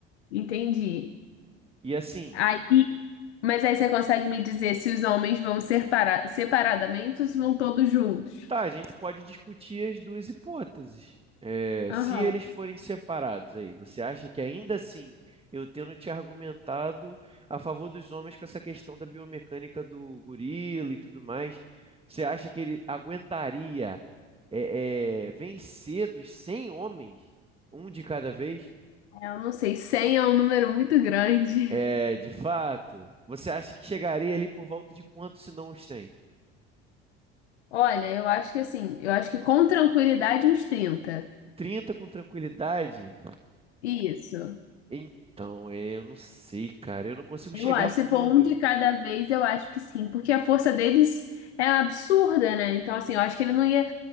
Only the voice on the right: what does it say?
E assim,
Tá, a gente pode discutir as duas hipóteses. É,
se eles forem separados aí, você acha que ainda assim, eu tendo te argumentado a favor dos homens com essa questão da biomecânica do gorila e tudo mais, você acha que ele aguentaria é, é, vencer dos 100 homens, um de cada vez?
É, de fato, você acha que chegaria ali por volta de quanto, se não os 100?
30 com tranquilidade?
Então, é, eu não sei, cara. Eu não consigo
chegar
a
um número.